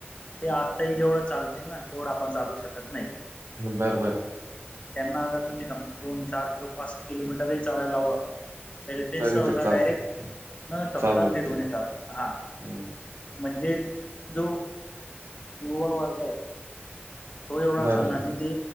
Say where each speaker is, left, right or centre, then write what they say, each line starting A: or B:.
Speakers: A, on the left (about 30°); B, on the right (about 75°).
A: ते आत्ताही जेवढं चालतील ना तेवढं आपण चालू शकत नाही
B: बरं बर
A: त्यांना आता तुम्ही समजा दोन चार किलो पाच किलोमीटरही चालायला ला हववा त्या ते
B: तरी
A: सहसा
B: चालते
A: डायरेक्ट न थकता
B: चालूतील
A: फिरून येतात हा
B: हम्म
A: म्हणजे जो युवा वर्ग आहे तो एवढा
B: बरोबर.
A: चालला आणि ते